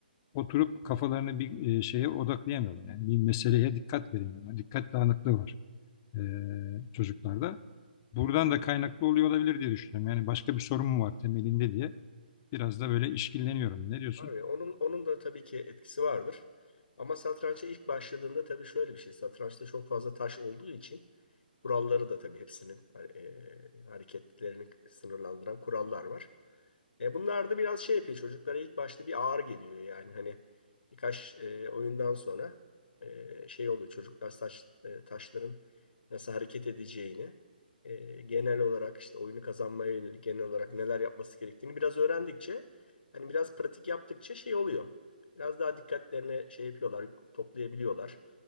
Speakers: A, on the left; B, on the left.
A: Oturup kafalarını bir e, şeye odaklayamıyorlar. Yani bir meseleye dikkat veremiyorlar. Dikkat dağınıklığı var e, çocuklarda. Buradan da kaynaklı oluyor olabilir diye düşünüyorum. Yani başka bir sorun mu var temelinde diye biraz da böyle işkilleniyorum. Ne diyorsun?
B: Abi onun onun da tabii ki etkisi vardır. Ama satrança ilk başladığında tabii şöyle bir şey. Satrançta çok fazla taş olduğu için kuralları da tabii hepsinin e, hareketlerini sınırlandıran kurallar var. E, bunlar da biraz şey yapıyor çocuklara ilk başta bir ağır geliyor yani hani birkaç e, oyundan sonra e, şey oluyor çocuklar taş, e, taşların nasıl hareket edeceğini e, genel olarak işte oyunu kazanmaya yönelik genel olarak neler yapması gerektiğini biraz öğrendikçe Hani biraz pratik yaptıkça şey oluyor. Biraz daha dikkatlerini şey yapıyorlar, toplayabiliyorlar.